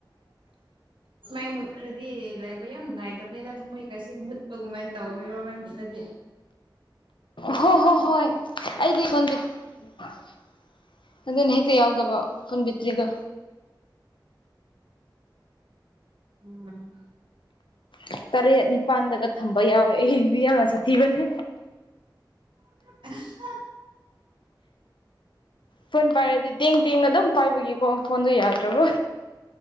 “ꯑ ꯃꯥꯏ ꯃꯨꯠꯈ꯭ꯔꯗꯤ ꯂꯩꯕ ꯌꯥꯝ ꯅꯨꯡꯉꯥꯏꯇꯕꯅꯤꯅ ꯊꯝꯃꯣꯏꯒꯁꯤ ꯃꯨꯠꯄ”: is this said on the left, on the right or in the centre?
Right